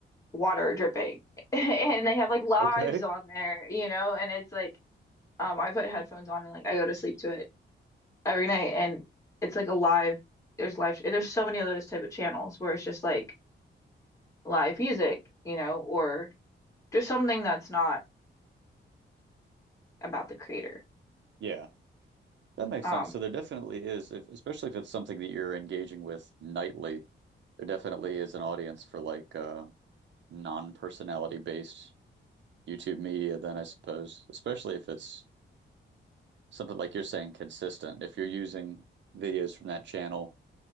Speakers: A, on the left; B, on the right.
A: water dripping. <laughs> And they have like lives
B: Okay.
A: on there, you know, and it's like um I put headphones on and like I go to sleep to it every night and it's like a live there's live and there's so many of those type of channels where it's just like live music, you know, or just something that's not about the creator.
B: Yeah. That makes
A: Um,
B: sense. So there definitely is, if, especially if it's something that you're engaging with nightly, there definitely is an audience for like uh, non-personality based YouTube media then I suppose, especially if it's something like you're saying consistent. If you're using videos from that channel